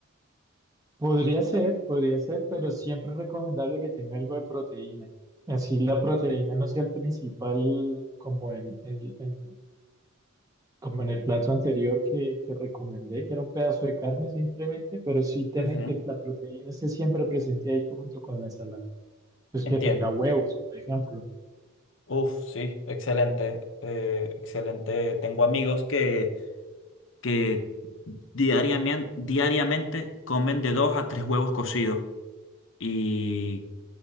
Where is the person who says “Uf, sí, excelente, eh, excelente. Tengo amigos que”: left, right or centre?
Left